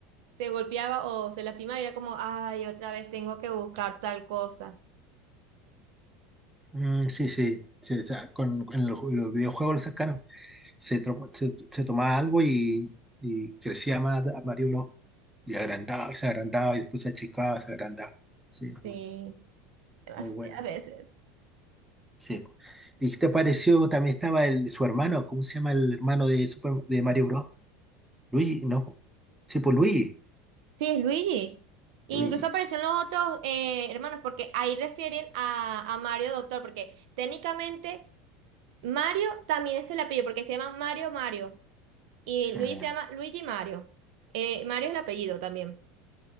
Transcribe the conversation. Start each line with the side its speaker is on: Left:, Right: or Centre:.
Right: se golpeaba o se lastimaba y era como, ay, otra vez tengo que buscar tal cosa.
Centre: Mm, sí, sí, sí, o sea, con, con los, los videojuegos lo sacaron. se, tro- se- se tomaba algo y, y crecía más Mario Bros. Y agrandaba, se agrandaba y después se achicaba, se agrandaba. Sí,
Right: Sí,
Centre: muy,
Right: demasiadas
Centre: muy buena.
Right: veces.
Centre: Sí. ¿Y qué te pareció? También estaba el, su hermano, ¿cómo se llama el hermano de, Super, de Mario Bros? Luigi, no. po. Sí, pues Luigi.
Right: Sí, es Luigi. Incluso
Centre: Luigi.
Right: aparecen los otros eh, hermanos, porque ahí refieren a, a Mario Doctor, porque técnicamente Mario también es el apellido, porque se llama Mario Mario. Y
Centre: Mm.
Right: Luigi se llama Luigi Mario. Eh, Mario es el apellido también.